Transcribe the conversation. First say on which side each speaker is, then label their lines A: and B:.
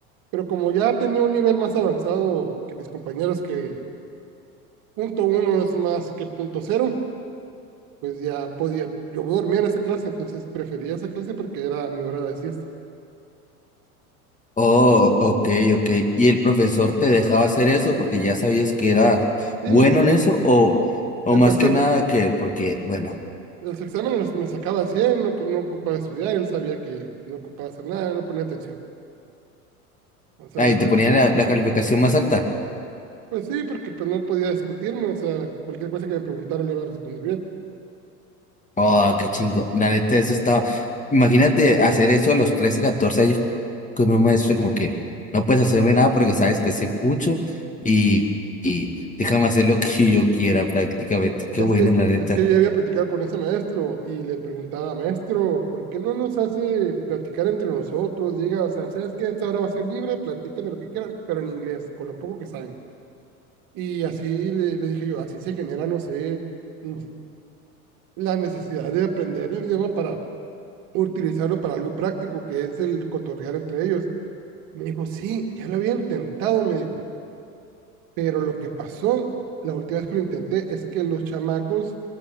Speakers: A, on the right; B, on the left.
A: pero como ya tenía un nivel más avanzado que mis compañeros que punto uno es más que punto cero, pues ya podía, yo dormía en esa clase, entonces prefería esa clase porque era mi hora de siesta.
B: Oh, ok, ok. ¿Y el profesor te dejaba hacer eso porque ya sabías que eras
A: Sí,
B: bueno
A: el
B: en eso? ¿O, o más
A: profesor,
B: que nada que porque, bueno.
A: los exámenes me sacaba cien no, no ocupaba estudiar, él sabía que no ocupaba hacer nada, no ponía atención. O sea,
B: Ahí
A: desde,
B: te ponían la, la calificación más alta.
A: pues sí, porque pues no podía discutirme, o sea, cualquier cosa que me preguntara le iba a responder bien.
B: Oh, qué chingo. La neta, eso estaba. Imagínate hacer eso a los 13, 14 años con un maestro, como que no puedes hacerme nada porque sabes que soy pucho y, y déjame hacer lo que yo quiera prácticamente.
A: Sí,
B: Qué
A: Es
B: bueno,
A: que,
B: la neta.
A: es que yo había platicado con ese maestro y le preguntaba, maestro, ¿por qué no nos hace platicar entre nosotros? Diga, o sea, ¿sabes qué? Esta hora va a ser libre, platiquen de lo que quieran, pero en inglés, con lo poco que saben. Y así le, le dije yo, así se genera, no sé, in- la necesidad de aprender el idioma para utilizarlo para algo práctico, que es el cotorrear entre ellos. Me dijo, sí, ya lo había intentado, me dijo Pero lo que pasó la última vez que lo intenté es que los chamacos